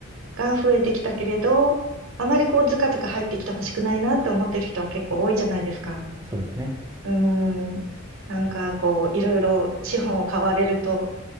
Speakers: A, on the right (about 80°); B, on the right (about 15°).
A: が増えてきたけれど、あまりこう、ずかずか入ってきてほしくないなって思ってる人は結構多いじゃないですか。
B: そうですね。
A: うーん。なんかこう、いろいろ資本を買われると